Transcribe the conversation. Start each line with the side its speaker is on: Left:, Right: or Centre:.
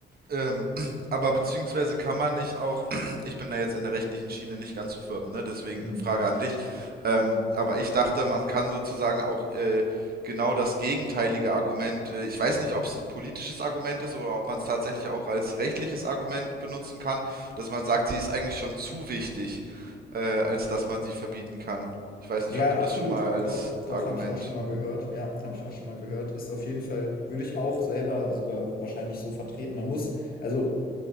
Right: Ähm, <clears throat> aber beziehungsweise kann man nicht auch, <clears throat> ich bin da jetzt in der rechtlichen Schiene nicht ganz so firm, ne? Deswegen
Left: Hm.
Right: Frage an dich. Ähm, aber ich dachte, man kann sozusagen auch äh, genau das gegenteilige Argument, äh, ich weiß nicht, ob es ein politisches Argument ist oder ob man es tatsächlich auch als rechtliches Argument benutzen kann, dass man sagt, sie ist eigentlich schon zu wichtig, äh, als dass man sie verbieten kann. Ich weiß nicht,
Left: Ja,
Right: ob du
Left: absolut.
Right: das schon mal als
Left: Doch, doch,
Right: Argument.
Left: habe ich auch schon mal gehört. Ja, habe ich auch schon mal gehört. Ist auf jeden Fall, würde ich auch selber sogar wahrscheinlich so vertreten. Man muss, also